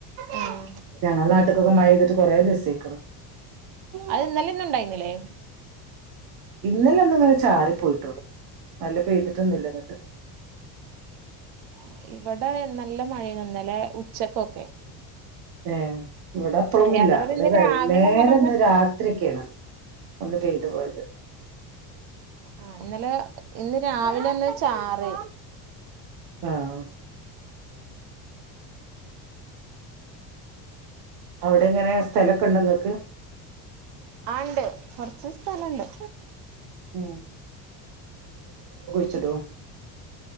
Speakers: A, on the right; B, on the right.
A: ഉം
B: ഞങ്ങള നാട്ടക്കൊക്കെ മഴ ചെയ്തിട്ട് കൊറെേ രസിക്കണം
A: അത്ാല ഇന്നുംണ്ടായിുന്നില്ലേ
B: ഇന്നല ഒന്ന ഇങ്ങനെ ചാരി പോയിട്ടുള്ളു നല്ലപ്പോ ചെയ്തിട്ടൊന്നും ഇല്ലങ്ങിട്ട്
A: <unintelligible> ഇവിടെ നല്ല മഴന്നൊന്നല്ലേ ഉച്ചക്കൊക്കെ
B: ആഹ ഇവിടെ അപ്പഴൊന്നുമ ഇ
A: അതേപോലെ ഇന്ന്
B: ഇവിടെ
A: രാവിലെ
B: നേര
A: ഇങ്ങനെ
B: ഒന്ന് രാത്രി ഒക്കെയാണ് ഒന്ന് പെയ്തു പോയത്
A: ആഹ ഇന്നലെ ഇന്ന് രാവിലെ എന്ന് വെച്ചാറ്
B: ആഹ അവിടെ എങ്ങനെ സ്ഥലൊക്കെ ഉണ്ടങ്ങക്ക്
A: ആ ഉണ്ട് കൊറച്ച് സ്ഥലുണ്ട്
B: ഉം ച്ചടോ